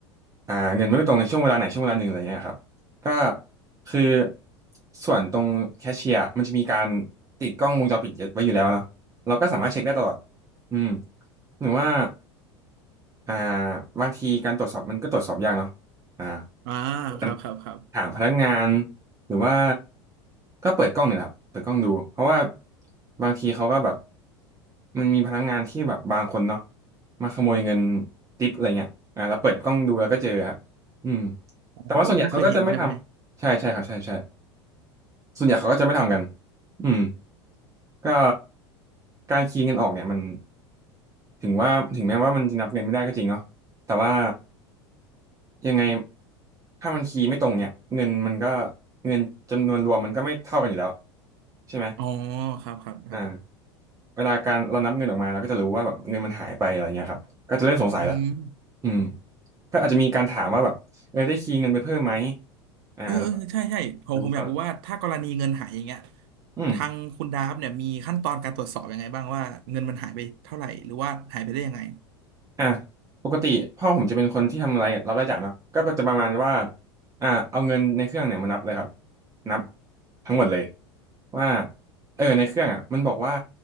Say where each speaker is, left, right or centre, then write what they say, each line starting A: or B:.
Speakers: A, on the right (about 20°); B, on the right (about 55°).
A: อ่าเงินไม่ตรงในช่วงเวลาไหนช่วงเวลาหนึ่งอะไรเงี้ยครับก็คือส่วนตรงแคชเชียร์มันจะมีการติดกล้องวงจรปิดไว้อยู่แล้วเนาะเราก็สามารถเช็คได้ตลอดอืมหรือว่า อ่าบางทีการตรวจสอบมันก็ตรวจสอบยากเนาะอ่า
B: อ่า
A: การ
B: ครับครับครับ
A: หาพนักงานหรือว่าก็เปิดกล้องเนี่ยแหละครับเปิดกล้องดูเพราะว่าบางทีเขาก็แบบมันมีพนักงานที่แบบบางคนเนาะมาขโมยเงินทิปอะไรเงี้ยอ่าแล้วเปิดกล้องดูแล้วก็เจอครับอืม
B: อ๋อก็ก็เคยเห็นใช่ไหม
A: แต่ว่าส่วนใหญ่เขาก็จะไม่ทำใช่ใช่ครับใช่ใช่ส่วนใหญ่เขาก็จะไม่ทำกันอืมก็การคีย์เงินออกเนี่ยมันถึงว่าถึงแม้ว่ามันจะนับเงินไม่ได้ก็จริงเนาะแต่ว่า ยังไงถ้ามันคีย์ไม่ตรงเนี่ยเงินมันก็เงินจำนวนรวมมันก็ไม่เท่ากันอยู่แล้วใช่ไหม
B: อ๋อครับครับครับ
A: อ่าเวลาการเรานับเงินออกมาเราก็จะรู้ว่าแบบเงินมันหายไปอะไรเงี้ยครับก็จะเริ่มสงสัยละ
B: อืม
A: อืมก็อาจจะมีการถามว่าแบบเออได้คีย์เงินไปเพิ่มไหมอ่าแล้วก็
B: เออเออใช่ใช่ผมผมอยากรู้ว่าถ้ากรณีเงินหายอย่างเงี้ย
A: รู้ก็อืม
B: ทางคุณดาฟเนี่ยมีขั้นตอนการตรวจสอบยังไงบ้างว่าเงินมันหายไปเท่าไหร่หรือว่าหายไปได้ยังไง
A: อ่ะปกติพ่อผมจะเป็นคนที่ทำรายรับรายจ่ายเนาะก็จะประมาณว่าอ่าเอาเงินในเครื่องเนี่ยมานับเลยครับนับทั้งหมดเลยว่าเออในเครื่องอ่ะมันบอกว่า